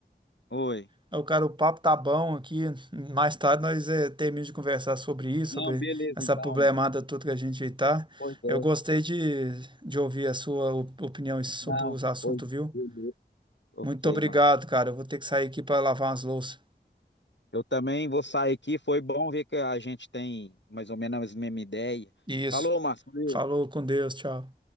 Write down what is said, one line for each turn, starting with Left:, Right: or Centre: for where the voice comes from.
Left: Oi.
Right: Ô, cara, o papo tá bom aqui. Mais tarde nós eh, terminamos de conversar sobre isso,
Left: Não,
Right: sobre
Left: beleza,
Right: essa
Left: então,
Right: problemada
Left: Márcio.
Right: toda que a gente aí tá.
Left: Pois é.
Right: Eu gostei de, de ouvir a sua op- opinião sobre
Left: Não,
Right: os assuntos,
Left: pois
Right: viu?
Left: beleza. Ok,
Right: Muito obrigado,
Left: Márcio.
Right: cara. Eu vou ter que sair aqui para lavar umas louças.
Left: Eu também vou sair aqui. Foi bom ver que a gente tem mais ou menos a mesma ideia.
Right: Isso.
Left: Falou, Márcio.
Right: Falou com Deus, tchau.